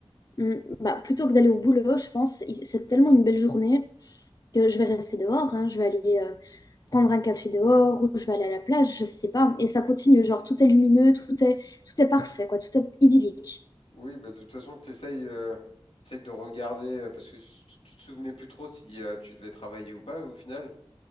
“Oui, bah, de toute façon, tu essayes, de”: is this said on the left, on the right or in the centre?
Left